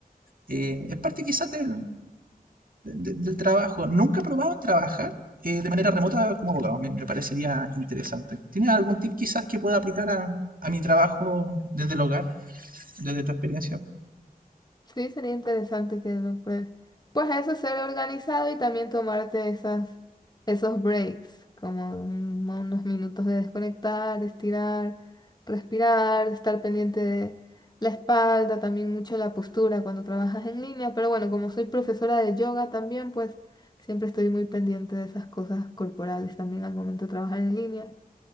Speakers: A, on the right (about 65°); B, on the left (about 25°).
A: Eh, es parte quizás del, de- del trabajo. Nunca he probado en trabajar eh, de manera remota como abogado. Me, me parecería interesante. ¿Tienes algún tip quizás que pueda aplicar a, a mi trabajo desde el hogar, desde tu experiencia?
B: Sí, sería interesante que lo pruebes. Pues eso, ser organizado y también tomarte esas, esos breaks, como un- unos minutos de desconectar, estirar, respirar, estar pendiente de la espalda, también mucho la postura cuando trabajas en línea. Pero bueno, como soy profesora de yoga también, pues siempre estoy muy pendiente de esas cosas corporales también al momento de trabajar en línea